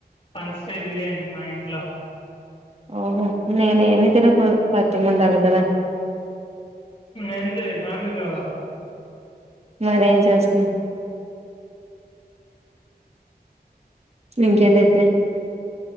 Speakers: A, on the left (about 35°); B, on the right (about 40°).
A: పంచయ బిర్యానీ మా ఇంట్లో
B: ఓహో నేనే ఏమి తినప్పుడు సాథ్యం ఉండాలి కదా
A: ఎంత పాండకా
B: మరేం చేస్తాం ఇంకేంటయితే